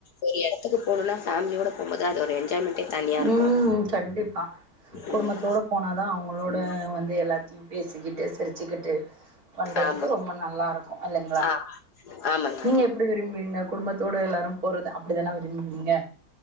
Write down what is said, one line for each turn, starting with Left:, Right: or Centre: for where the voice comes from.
Left: ஒரு எடத்துக்கு போணுனா ஃபேமிலியோட போம்போது அது ஒரு என்ஜாய்மெண்ட்டே தனியா இருக்கும்.
Right: ம் கண்டிப்பா குடும்பத்தோட
Left: ம்.
Right: போனாதா அவுங்களோட
Left: ம்.
Right: வந்து எல்லாத்தையு பேசிக்கிட்டு சிரிச்சுக்கிட்டு பண்றதுக்கு
Left: ஆமா.
Right: ரொம்ப நல்லா இருக்கு இல்லெங்ளா
Left: ஆ ஆமாங்க,
Right: நீங்க
Left: ஆமா.
Right: எப்டி விரும்புவீங்க குடும்பத்தோட எல்லாரும் போறத அப்டிதான விரும்புவீங்க